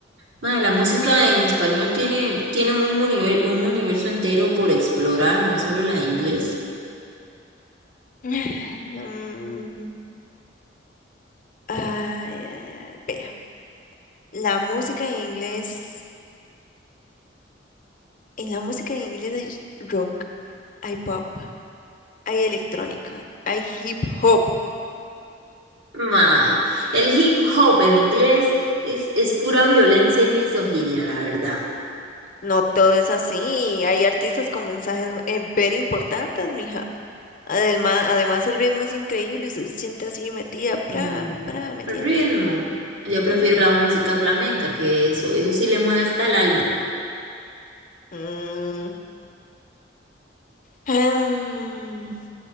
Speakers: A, on the right; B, on the left.
A: Mae, la música en español tiene, tiene un, univer- un universo entero por explorar, no solo la de inglés.
B: <laughs> <sighs> Mm, Ay, ay, ay, vea. La música en inglés. En la música en inglés hay rock, hay pop, hay electrónica, hay hip hop.
A: Mae, el hip hop en inglés es, es pura violencia y misoginia, la verdad.
B: No todo es así. Hay artistas con mensajes eh, ver importantes, mija. Además, además el ritmo es increíble. Usted se siente así metida, pra,
A: Mm,
B: pra, ¿me entiende?
A: el ritmo. Yo prefiero
B: Ujú.
A: la música flamenca, que eso, eso sí le mueve hasta el alma.
B: Mm, em,